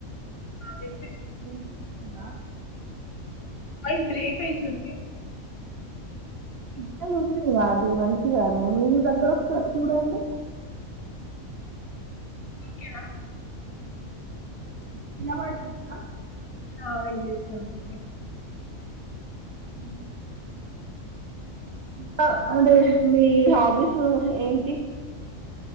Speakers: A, on the left; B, on the right.
A: వి
B: వినిపిస్తుందా
A: వాయిస్ బ్రేక్ ఐతుంది
B: సిగ్నల్ ఉంది మాది మంచిగానే మీ దగ్గర ఒకసారి చూడండి
A: ఓకేనా
B: వినపడుతుందా
A: ఆ వినిపిస్తుంది
B: అ ఇకా అంటే మీ హాబీస్ ఏంటి